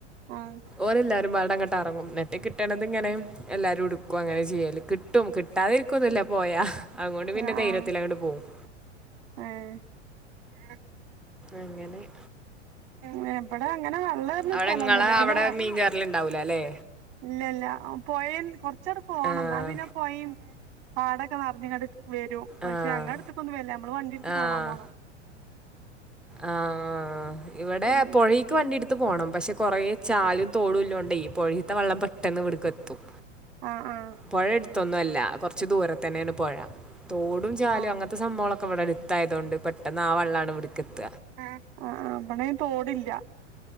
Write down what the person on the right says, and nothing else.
ആഹ്
ആഹ്
ആഹ്
ഏഹ് <unintelligible>
ഏഹ് വ്വടെ അങ്ങനെ വെള്ളേര്ണ
സ്ഥലൊന്നുല്ല
പിന്നെ
വാ
ഇല്ല്യല്ലാ ആ പൊയേണ് ച്ചട് പോണം
ന്നാ പിന്നെ പൊയിം പാടൊക്കെ നെറഞ്ഞ് ഇങ്ങട് വെരും പക്ഷെ
ഞങ്ങളട്ത്ത്ക്കൊന്നും വര്ല്ല ഞമ്മള് വണ്ടി ഇട്ത്ത്
കാണാൻ പോണം.
ഉം ഉം
ആഹ് ആഹ്
ആഹ്
അ ആഹ് ഇവടെ അയ്ന് തോടില്ല.